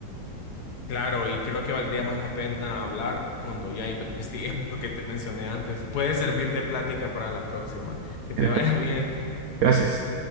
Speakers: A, on the left; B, on the right.
A: Claro, y creo que valdría más la pena hablar cuando ya investiguemos <laughs> lo que te mencioné antes. Puede servir de plática para la próxima. Que
B: En
A: te
B: efecto.
A: vaya <laughs> bien.
B: Gracias.